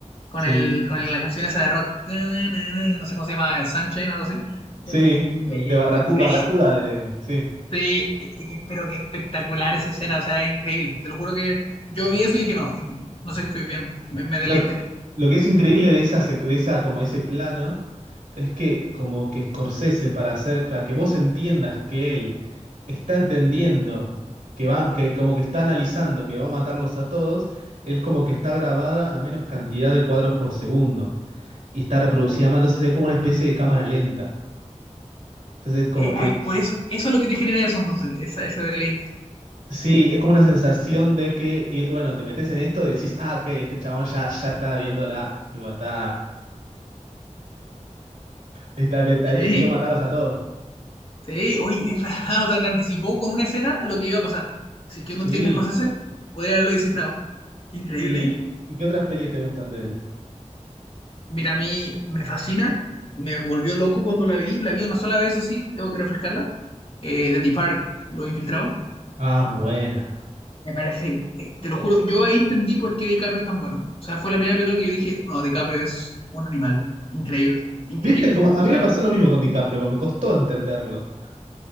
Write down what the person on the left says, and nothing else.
con
el, con el- la canción esa de rock. No sé cómo se llama, eh, Sunshine, algo así.
Eh, increíble,
increíble.
Sí, y que- pero qué espectacular esa escena, o sea, increíble. Te lo juro que yo vi eso y dije, no, que no sé qué estoy viendo. Me, me deleité.
Eh,
ah, es por eso, eso es lo que te genera eso entonces, esa, ese deleite.
Sí.
Sí, oye, es verdad, <laughs> o sea, te anticipó con una escena lo que iba a pasar. Si es que uno
entiende a Scorsese, podría haberlo descifrado. Qué increíble,
¿eh?
Mira, a mí me fascina, me volvió loco cuando la vi, la vi una sola vez, eso sí, tengo que refrescarla. Eh, The Departed, Los Infiltrados,
me parece, eh, te lo juro, yo ahí entendí por qué DiCaprio es tan bueno. O sea, fue la primera película que yo dije, no, DiCaprio es un animal, increíble, increíble.
O
sea,